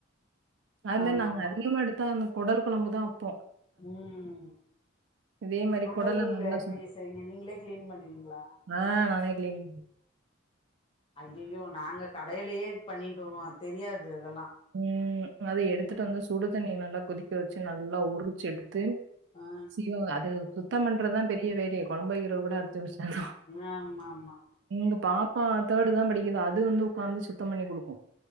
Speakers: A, on the right (about 65°); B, on the left (about 25°).
A: அது
B: ஆமா
A: தா நாங்க
B: ஆமா
A: அதிகமா எடுத்தான குடல் குழம்பு தா அப்போ
B: ம்
A: இதே மாரி
B: கொடல்
A: குடல நல்லா
B: எப்டி
A: சு
B: செய்வீங்க நீங்களே கிளீன் பண்ணுவீங்களா
A: ஆ நானே கிளீன்
B: ஐயயோ நாங்க கடைலயே பண்ணிட்டு வருவோ தெரியாது இதெல்லா
A: ம் அது எடுத்துட்டு வந்து சுடுதண்ணி நல்லா கொதிக் க்க வச்சு நல்லா உரிச்சு எடுத்து
B: ஆ
A: சீவ அது சுத்தம் பண்றதா பெரிய வேலையே கொழம்பு வக்கிற கூட அஞ்சு நிமிஷந்தா
B: ஆம்மா மா
A: எங்க பாப்பா தேர்டுதா படிக்குது அது வந்து உக்காந்து சுத்த பண்ணி குடுக்கு